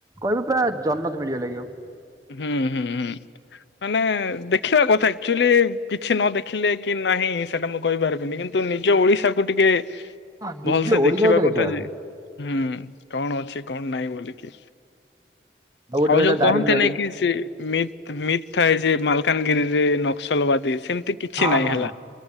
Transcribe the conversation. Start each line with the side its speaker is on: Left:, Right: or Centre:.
Right: କହିବେ ପୁରା ଜନତ ମିଳିଗ ଲାକି ଆଉ।
Left: ହୁଁ ହୁଁ ହୁଁ। ମାନେ ଦେଖିବା କଥା ଆକ୍ଚୁଆଲି କିଛି ନ ଦେଖିଲେ କି ନାହିଁ ସେଟା ମୁଁ କହିପାରିବିନି କିନ୍ ତୁ ନିଜ ଓଡିଶାକୁୁ ଟିକେ
Right: ହଁ ନି
Left: ଭଲସେ
Right: ନିଜେ ଓଡିଶା
Left: ଦେଖିବା
Right: ଭିତରେ
Left: କଥା ଯେ।
Right: ଆଉ
Left: ହୁଁ କଣ ଅଛି କଣ ନାଇଁ ବୋଲିକି
Right: ଗୋଟେ
Left: ଆଉ
Right: ରହିଲା
Left: ଯୋଉ କହନ୍ତି
Right: ଦାରିଙ୍ଗବାଡି।
Left: ନେଇ ସି ମିତ୍ ମିଥ ଥାଏ ଯେ ମାଲକାନଗିରି ରେ ନକ୍ସଲବାଦୀ ସେମିତି କିଛି
Right: ହଁ
Left: ନାଇଁ
Right: ହଁ
Left: ହେଲା।
Right: ହଁ।